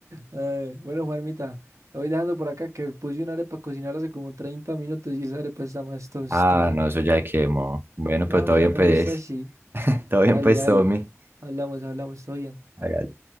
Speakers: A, on the right (about 75°); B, on the right (about 45°).
A: Ay, bueno, Juanmita, lo voy dejando por acá que puse una arepa a cocinar hace como 30 minutos y esa arepa está más tostada.
B: Ah, no, eso ya quemo. Bueno,
A: No,
B: pero todo
A: pero
B: bien,
A: a mí
B: pues.
A: me gusta así.
B: <laughs> Todo bien,
A: Dale,
B: pues,
A: dale.
B: Tommy.
A: Hablamos, hablamos, todo bien.
B: Hágale.